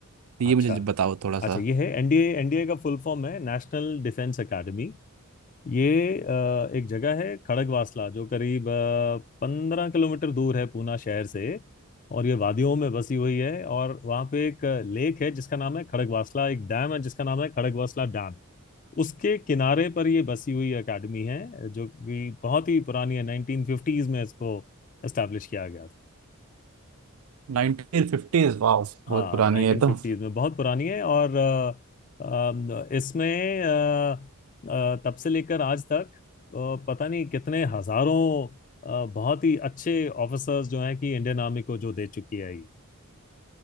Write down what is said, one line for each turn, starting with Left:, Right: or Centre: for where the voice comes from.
Right: ये
Left: अच्छा
Right: मुझे बताओ थोड़ा सा
Left: अच्छा ये है एनडीए एनडीए का फुल फॉर्म है नेशनल डिफेंस एकेडमी ये अ, एक जगह है खड़गवासला जो करीब पंद्रह किलोमीटर दूर है पूना शहर से और ये वादियों में बसी हुई है और वहाँ पे एक लेक है जिसका नाम है खड़गवासला एक डैम है जिसका नाम है खड़गवासला डैम। उसके किनारे पर ये बसी हुई एकेडमी है जो कि बहुत ही पुरानी है 1950s में इसको एस्टेब्लिश किया गया था
Right: नाइनटीन फिफ्टीज वाह
Left: हाँ
Right: बहुत पुरानी
Left: 1950s
Right: है ये तो
Left: में बहुत पुरानी है और अ, अम, इसमें अ, अ, तब से लेकर आज तक अ, पता नहीं कितने हजारों अ, बहुत ही अच्छे ऑफिसर्स जो हैं कि इंडियन आर्मी को जो दे चुकी है ये